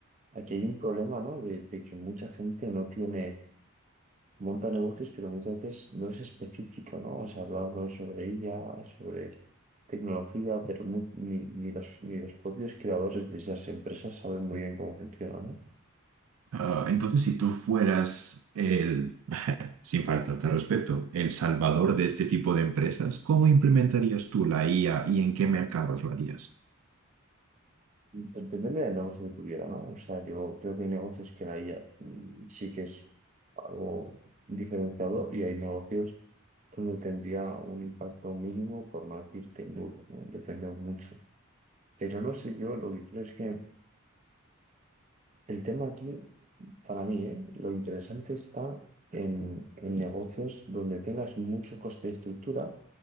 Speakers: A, on the right; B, on the right.
A: aquí hay un problema, ¿no? De, de que mucha gente no tiene, monta negocios, pero muchas veces no es específico, ¿no? O sea, hablamos sobre IA, sobre tecnología, pero mu- ni, ni los, ni los propios creadores de esas empresas saben muy bien cómo funciona, ¿no?
B: Ah, entonces, si tú fueras el, sin faltarte al respeto, el salvador de este tipo de empresas, ¿cómo implementarías tú la IA y en qué mercados lo harías?
A: Pues Depende del negocio que tuviera, ¿no? O sea, yo creo que hay negocios que la IA mm, sí que es algo diferenciador y hay negocios donde tendría un impacto mínimo, por no decirte nulo, ¿no? Depende mucho. Pero no sé, yo lo que creo es que el tema aquí, para mí, ¿eh? Lo interesante está en, en negocios donde tengas mucho coste de estructura,